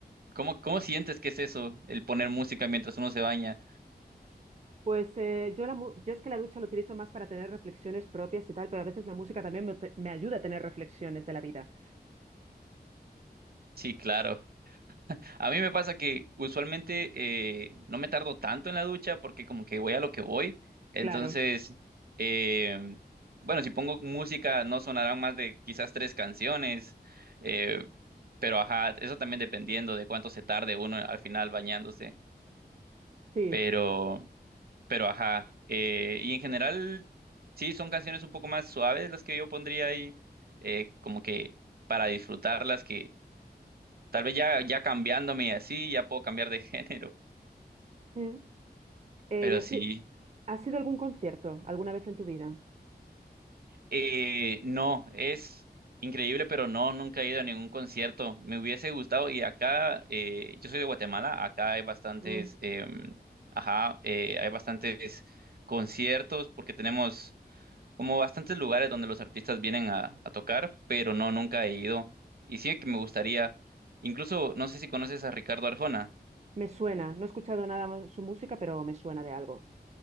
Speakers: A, on the right; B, on the right.
A: ¿cómo, cómo sientes que es eso, el poner música mientras uno se baña?
B: Pues eh, yo, la, mu- yo es que la ducha lo utilizo más para tener reflexiones propias y tal, pero a veces la música también me, te- me ayuda a tener reflexiones de la vida.
A: Sí, claro. A mí me pasa que usualmente eh, no me tardo tanto en la ducha porque como que voy a lo que voy. Entonces,
B: Claro,
A: eh, bueno, si pongo música no sonarán más de quizás tres canciones, eh, pero ajá, eso también dependiendo de cuánto se tarde uno al final bañándose.
B: sí.
A: Pero, pero ajá, eh, y en general sí son canciones un poco más suaves las que yo pondría ahí, eh, como que para disfrutarlas que tal vez ya ya cambiándome y así ya puedo cambiar de <laughs> género
B: Mm. Eh,
A: Pero
B: ¿y has,
A: sí,
B: has ido a algún concierto alguna vez en tu vida?
A: eh, no, es increíble, pero no, nunca he ido a ningún concierto. Me hubiese gustado y acá, eh, yo soy de Guatemala, acá hay bastantes,
B: Mm,
A: em, ajá, eh, hay bastantes conciertos porque tenemos como bastantes lugares donde los artistas vienen a, a tocar, pero no, nunca he ido. Y sí que me gustaría, incluso, no sé si conoces a Ricardo Arjona.
B: me suena, no he escuchado nada más de su música, pero me suena de algo.